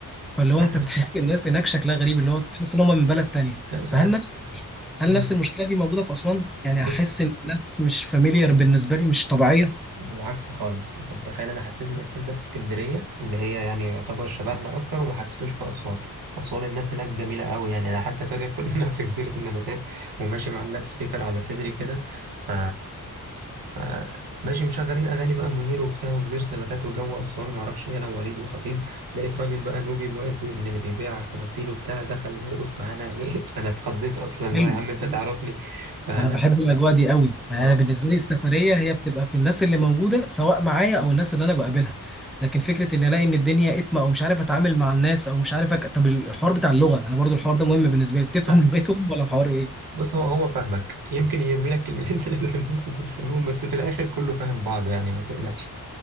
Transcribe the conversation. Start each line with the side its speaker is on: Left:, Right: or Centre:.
Centre: فاللي هو
Right: أها.
Centre: انت بتحس إن الناس هناك شكلها غريب اللي هو تحس ان هم من بلد تانية
Right: لا بس
Centre: فهل
Right: أنا
Centre: نفس هل
Right: مم.
Centre: نفس المشكله دي موجوده في اسوان يعني
Right: بص
Centre: هحس ان الناس مش فاميليار بالنسبه لي مش طبيعيه
Right: بالعكس خالص انت متخيل انا حسيت الاحساس ده في اسكندريه اللي هي يعني يعتبر شبهنا اكتر وما حسيتوش في اسوان اسوان الناس هناك جميله قوي يعني انا حتى فاكر كنا <laughs> في جزيره النباتات وماشي معلق سبيكر على صدري كده ف ف ماشي مشغلين اغاني بقى منير وبتاع وجزيره نباتات وجو اسوان وما اعرفش ايه انا ووليد وخطيب لقيت راجل بقى نوبي واقف بي- من اللي بيبيع تماثيل وبتاع دخل ويرقص معانا يعني <laughs> انا اتخضيت اصلا اللي
Centre: حلو
Right: هو يا عم انت تعرفني
Centre: حلو.
Right: فلا
Centre: انا بحب الاجواء دي قوي يعني
Right: اه
Centre: أنا بالنسبه لي السفريه هي بتبقى في الناس اللي موجوده سواء معايا او الناس اللي انا بقابلها لكن فكره ان الاقي ان الدنيا اتمه او مش عارف اتعامل مع الناس او مش عارف أك... طب الحوار بتاع اللغه انا برضو الحوار ده مهم بالنسبه لي بتفهم
Right: لا
Centre: لغتهم ولا الحوار ايه
Right: بص هو هو فاهمك يمكن يرمي لك كلمتين <laughs> ثلاثة في النص انت مش فاهمهم بس في الآخر كله فاهم بعضه يعني ما تقلقش